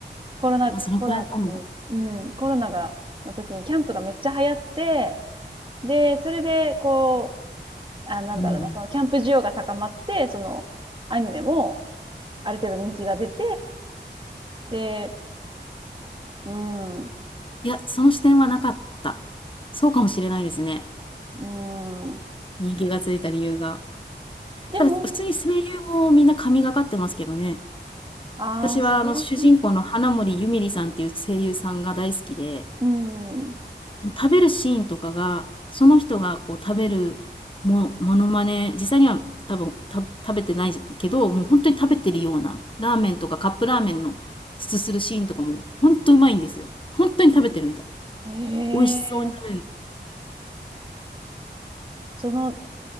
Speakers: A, on the right; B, on the left.
A: コロナ、
B: でもそのくらいかも。
A: コロナの時に、うん、コロナが、の時にキャンプがめっちゃ流行って、で、それで、こう、あなんだろうな、
B: うん。
A: そのキャンプ需要が高まって、その、アニメもある程度人気が出て、で、うん、う
B: いや、その視点はなかった。そうかもしれないですね。
A: ん。
B: 人気がついた理由が。
A: でも、
B: ただ、普通に声優もみんな神がかってますけどね。
A: ああ、
B: 私はあの主人公の花森ゆみりさんっていう声優さんが大好きで、
A: 声優さんか。うん。
B: 食べるシーンとかが、その人がこう食べるもモノマネ、実際には多分、た食べてないけど、もう本当に食べてるような、ラーメンとかカップラーメンのすするシーンとかも、本当うまいんですよ。本当に食べてるみたい。
A: へえ。
B: 美味しそうに食べる
A: その、